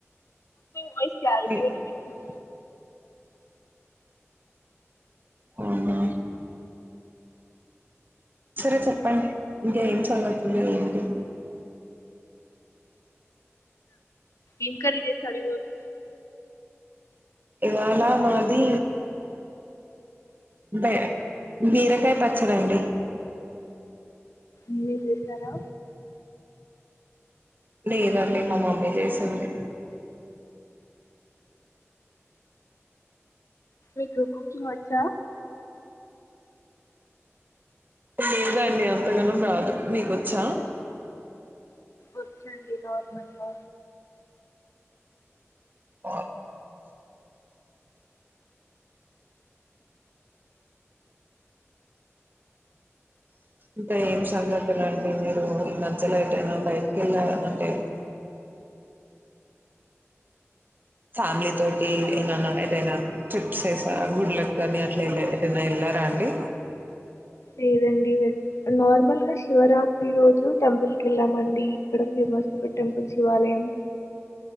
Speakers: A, on the left; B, on the right.
A: నాయి త
B: మీ అవునా సరే చెప్పండి ఇంకా ఏం సంగతులు ఏంటి
A: ఎన్ కర్రీ చేసారు ఈ రోజు
B: ఇవాళ మాది బే బీరకాయ పచ్చడండి
A: మీర్ చేశారా
B: లేదండి మా మమ్మీ చేసింది
A: ఏకు కుకింగ్ వచ్చ
B: లేదాండి అంతగనం రాదు మీకొచ్చా
A: వచ్చండి నార్మల్గా
B: అ ఇకా ఏం సంగపిలండి మీరు ఈ మధ్యలో అయితేయినా బయటకి వెళ్ళ అంటే ఫ్యామిలీ తోటి ఏమైనా ఏదైనా ట్రిప్స్ వసా గుడ్లలకు కాని అట్లా ఏదైనా వెళ్ళారా అండి
A: లేదండి నార్మల్గా శివరాత్రి రోజు టెంపుల్కి వెళ్ళామండి ఇక్కడ ఫేమస్ ఇ టెంపుల్ శివాలయం